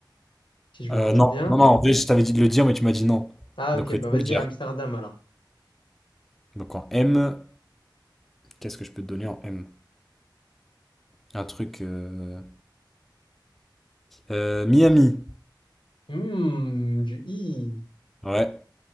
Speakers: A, on the left (about 80°); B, in the centre.
A: si je me
B: Euh,
A: rappelle
B: non,
A: bien.
B: non, non, en vrai, je t'avais dit de le dire, mais tu m'as dit non.
A: Ah,
B: Donc,
A: ok,
B: euh,
A: bah
B: tu
A: vas-y,
B: peux le dire.
A: Amsterdam, alors.
B: Donc, en M, qu'est-ce que je peux te donner en M? Un truc. euh, euh, Miami.
A: Hmm, du I.
B: Ouais.